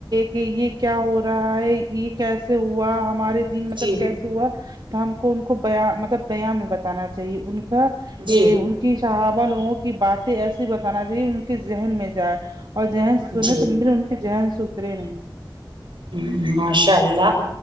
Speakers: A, on the right (about 60°); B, on the right (about 80°).
A: کی یے کیا ہو رہا ہے یے کیسے ہوا ہمارے دن مطلب
B: جی
A: کیسے ہوا تو ہم کو ان کو بیاں مطلب بیان میں بتانا چاہیے ان کا
B: جی
A: یے ان کی صحابہ لوگوں کی باتیں ایسی بتانا چاہیے ان کے ذہن میں جائے اور ذہن سے سنے
B: جی
A: تو پھر ان کے ذہن سے اترے نہیں
B: ہمم ماشاء اللہ